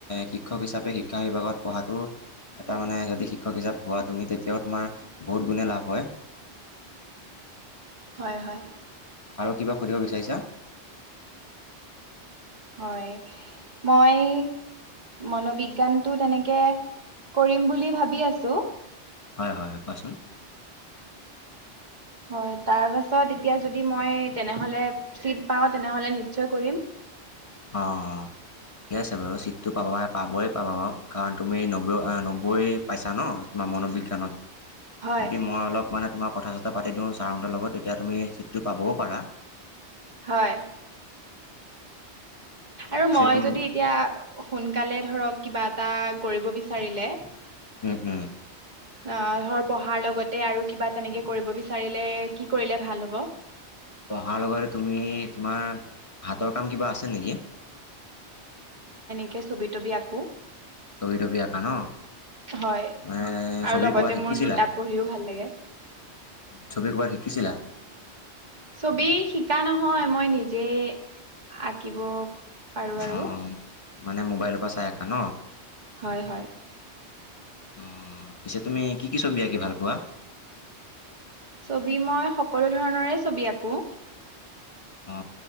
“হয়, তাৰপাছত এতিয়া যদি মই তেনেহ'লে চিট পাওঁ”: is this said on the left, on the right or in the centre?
Right